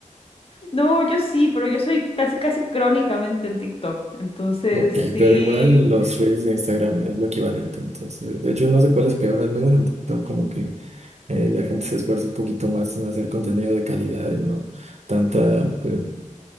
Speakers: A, on the left (about 45°); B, on the right (about 55°).
A: No, yo sí, pero yo soy casi, casi crónicamente en TikTok. Entonces,
B: Ok,
A: sí,
B: pero igual los reels de Instagram es lo equivalente, entonces, de hecho no sé cuál es peor, al menos en TikTok como que eh, la gente se esfuerza un poquito más en hacer contenido de calidad y no tanta pues,